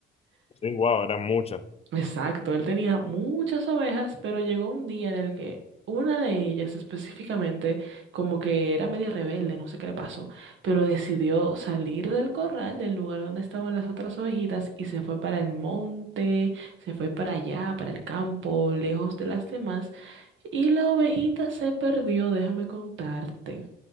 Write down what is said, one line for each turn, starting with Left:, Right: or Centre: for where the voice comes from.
Left: Sí, wow, eran muchas.
Right: Exacto, él tenía muchas ovejas, pero llegó un día en el que una de ellas específicamente, como que era media rebelde, no sé qué le pasó, pero decidió salir del corral, del lugar donde estaban las otras ovejitas, y se fue para el monte, se fue para allá, para el campo, lejos de las demás, y la ovejita se perdió, déjame contarte.